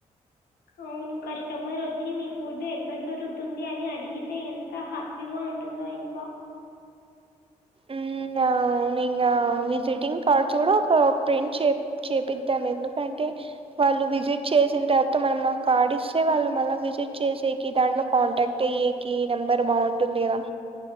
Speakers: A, on the left; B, on the right.
A: అవును కస్టమర్ వచ్చి మీ ఫుడ్ ఎక్కడ దొరుకుతుంది అని అడిగితే ఎంత హ్యాప్ హ్యాపీగా ఉంటుందో ఇంక
B: ఊ అవును ఇంగ విజిటింగ్ కార్డ్స్ కూడా ఒక ప్రింట్ చె చేపిద్దాం ఎందుకంటే వాళ్ళు విజిట్ చేసిన తర్వాత మనం ఆకార్డు ఇస్తే వాళ్ళు మళ్ళ విజిట్ చేసేకి దాంట్లో కాంటాక్ట్ అయ్యేకీ నెంబర్ బావుంటుంది కదా